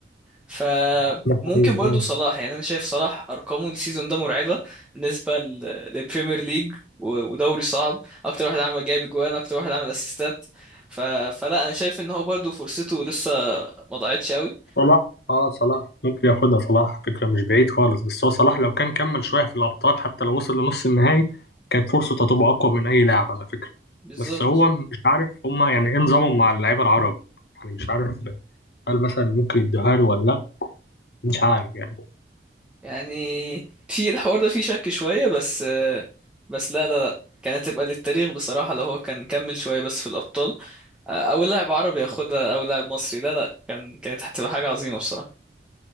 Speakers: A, in the centre; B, on the left.
A: فممكن
B: لا حقيقي
A: برضو
B: آه.
A: صلاح يعني انا شايف صلاح ارقامه السيزون ده مرعبه بالنسبه ل- للبريمير ليج و- ودوري صعب اكتر واحد عمل جايب اجوان اكتر واحد عمل اسيستات ف... فلا انا شايف ان هو برضو فرصته لسه ما ضاعتش قوي
B: صلاح اه صلاح ممكن ياخدها صلاح فكرة مش بعيد خالص بس هو صلاح لو كان كمل شوية في الأبطال حتى لو وصل لنص النهائي كانت فرصته هتبقى أقوى من أي لاعب على فكرة
A: بالظبط
B: بس هو مش عارف هما يعني إيه نظامهم مع اللعيبة العرب يعني مش عارف هل مثلا ممكن يدوها له ولا لأ مش عارف يعني
A: يعني في الحوار ده فيه شك شويه بس بس لا لا لا كانت تبقى للتاريخ بصراحه لو هو كان كمل شويه بس في الابطال او لاعب عربي ياخدها او لاعب مصري لا لا كان كانت هتبقى حاجه عظيمه بصراحه